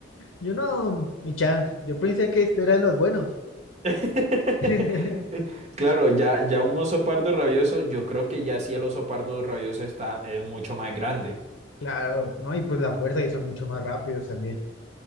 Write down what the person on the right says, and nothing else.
<laughs>
Claro, ya, ya un oso pardo rabioso, yo creo que ya sí el oso pardo rabioso está, es mucho más grande.